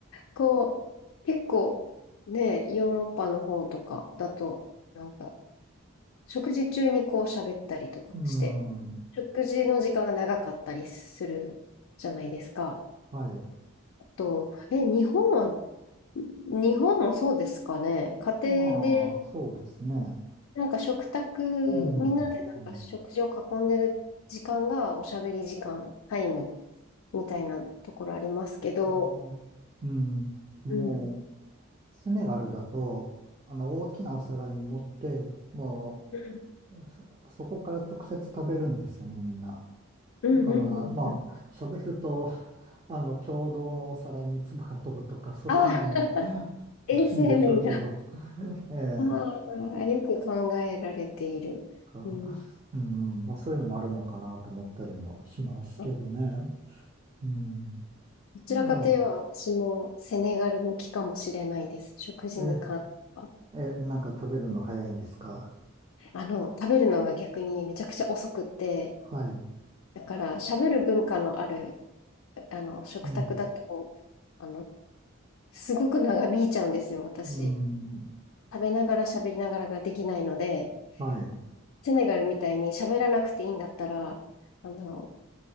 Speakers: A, on the left; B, on the right.
A: こう、結構ね、ヨーロッパの方とかだと、なんか、食事中にこう喋ったりとかして、
B: うん、うん、
A: 食事の時間が長かったりするじゃないですか。
B: はい。
A: あと、え、日本は、日本もそうですかね。家庭で、
B: まあ、そうですね。
A: なんか食卓、
B: うん、
A: みんなでなんか食事を囲んでる時間がおしゃべり時間、
B: うん、
A: タイムみたいなところありますけど、
B: でもうん、もう、
A: うん。
B: セネガルだと、あの、大きなお皿に盛って、も
A: うん
B: う、そ、そこから直接食べるんですよね、みんな。
A: うんうんうんうん。
B: だから、まあ、喋ると、あの、共同のお皿に唾が飛ぶとか、そういうのも
A: ああ、
B: <laughs> あ
A: <laughs> 衛生面が
B: るんでしょうけど、ええ、
A: ああ、よく考えられている。
B: か、
A: うん。
B: うん、まあ、そういうのもあるのかなと思ったりもしますけどね。
A: あ
B: うん。
A: どちらかといえば私もセネガル向きかもしれないです。
B: ま
A: 食事に関しては。
B: あ、え、え、なんか食べるの早いんですか
A: あの、食べるのが逆にめちゃくちゃ遅くって、
B: はい。
A: だから喋る文化のある、あの、食卓だと、
B: うん、
A: あの、すごく長引いちゃうんですよ、私。
B: うん、
A: 食べながら喋りながらができないので、
B: はい。
A: セネガルみたいに喋らなくていいんだったら、あの、